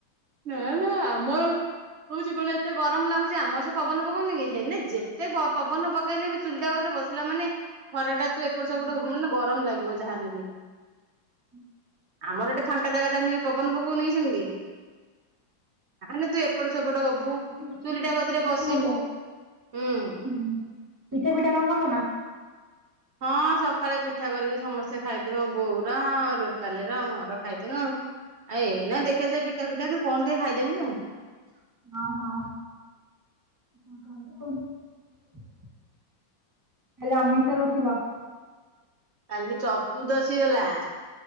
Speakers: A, on the right; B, on the right.
A: ନା ନା ଆମର ହଉଛି କଣ ଏତେ ଗରମ ଲାଗୁଛି ଆମର ସେ ପବନ ପକଉନି କି ହେନେ ଯେତେ ପବନ ପକେଇନେବ ଚୁଲିଟା କ ବସିଲା ମାନେ ଖରା ଟା ତୁ ଏପଟ ସେପଟ
B: ହଁ
A: ମାନେ ଗରମ ଲାଗିବ ଯାହେନେ ବି।
B: <inaudible>
A: ଆମର ଏଠି ଫାଙ୍କା ଜାଗା ଟା ନୁହେଁ ପବନ ପକଉନି କି ସେମିତି ନା ତୁ ଏପଟ ସେପଟ ହବୁ
B: ବାଡି ପଟୁ ଗଛ
A: ଚୁଲିଟା
B: ଫଛ
A: କତିରେ
B: ଆସିଛି
A: ବସିବୁ।
B: ଭଲ
A: ହୁଁ।
B: ହୁଁ ପିଠା ପିଠା କଣ କଲ ନା?
A: ହଁ ସକାଳେ ପିଠା କରିକି ସମସ୍ତେ ଖାଇଥିଲୁ ବୋଉର ରୁପାଲୀ ର ମୋର ଖାଇଥିଲୁ। ଆ ଏଇନା ଦେଖେ ସେ ପିଠା ପିଠା କି କଣ ଟିକେ ଖାଇଦେମି ଆଉ
B: ହଁ ହଁ। ହେଲେ <unintelligible>
A: କାଲି ଚତୁ ଦଶୀ ଗଲା।